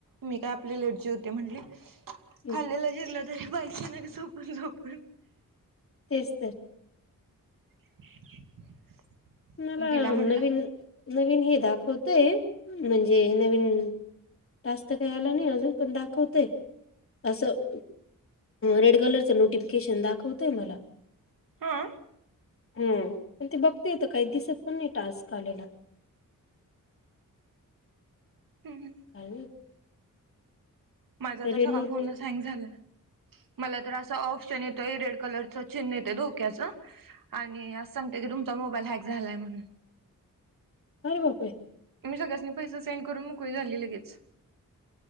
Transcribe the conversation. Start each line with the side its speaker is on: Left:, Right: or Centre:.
Right: मी कायं आपली लेट. जेवते म्हटलं
Left: हम्म
Right: खाल्लेलं जिंरल तरी पाहिसे नां झोपून झोपूण
Left: तेचं तेचं ते
Right: <inaudible> <unintelligible>
Left: मलां
Right: तिला म्हणलं
Left: नवीन नवीन हे दाखंवतोय म्हणजे नवीन टास्क कांहीं आलं नाहीं अजूंन पणं दाखवतयं असं रेड कलरचं नोटिफिकेशन दाखंवतोय मलां
Right: हां
Left: हम्मं पणं ते बघते होतं कांहीं दिसतं पणं नाहीं टास्क आलेला
Right: हम्मं
Left: कायं
Right: माझां
Left: रेनोट
Right: तरं सगळां फोनच हँग झालां मलां तरं असां ऑप्शन येतो रेड कलरचं चिन्हं येतं धोक्याचं आणि असं सांगते कि तुमचां मोबाईल हॅक झालायं म्हणूंन.
Left: अरे बापरे.
Right: त्यां सगळ्यांसनी पैसे सेंड करूंन मोकळी झालीं लगेच.